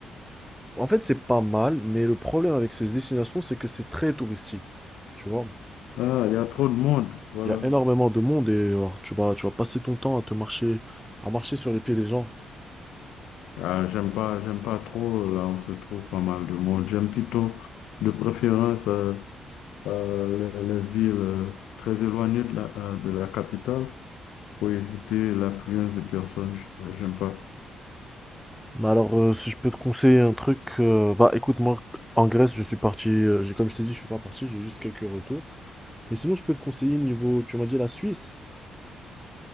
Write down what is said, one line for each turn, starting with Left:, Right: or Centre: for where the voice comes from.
Centre: En fait, c'est pas mal, mais le problème avec ces destinations, c'est que c'est très touristique. Tu vois,
Left: Ah, il y a trop de monde. Voilà.
Centre: il y a Mm. énormément de monde et alors, tu vas, tu vas passer ton temps à te marcher, à marcher sur les pieds des gens.
Left: Ah, j'aime pas, j'aime pas trop. Là, on se trouve pas mal de monde. J'aime plutôt, de préférence, euh, euh, les, les villes euh, très éloignées de la, euh, de la capitale pour éviter l'affluence de personnes. J- J'aime pas.
Centre: Mais Alors, euh, si je peux te conseiller un truc, euh, bah écoute, moi, en Grèce, je suis parti, euh, j'ai, comme je t'ai dit, je suis pas parti, j'ai juste quelques retours. Mais sinon, je peux te conseiller niveau, tu m'as dit la Suisse.